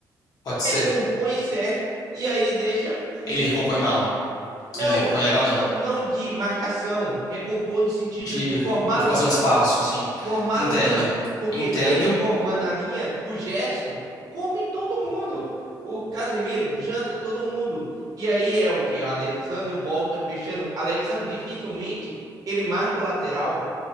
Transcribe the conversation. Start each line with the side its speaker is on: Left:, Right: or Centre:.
Left: pode ser.
Right: recompõe certo e aí deixa o.
Left: Ele recompõe mal.
Right: Não,
Left: Ele não recompõe legal,
Right: não,
Left: não.
Right: não de marcação, recompõe no sentido
Left: De
Right: de formar
Left: ocupação
Right: linha.
Left: de espaço, assim.
Right: Formar
Left: Entendo.
Right: linha, porque
Left: Entendo.
Right: ele formando a linha, o Gerson come todo mundo. O Casemiro janta todo mundo. E aí é o que? O Alexandre volta fechando. Alexandre dificilmente ele marca o lateral.